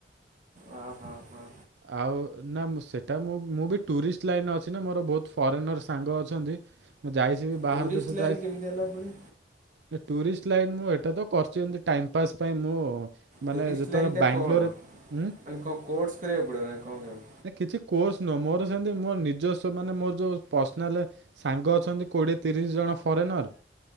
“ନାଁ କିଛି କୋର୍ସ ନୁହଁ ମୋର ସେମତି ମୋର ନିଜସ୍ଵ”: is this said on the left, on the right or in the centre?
Right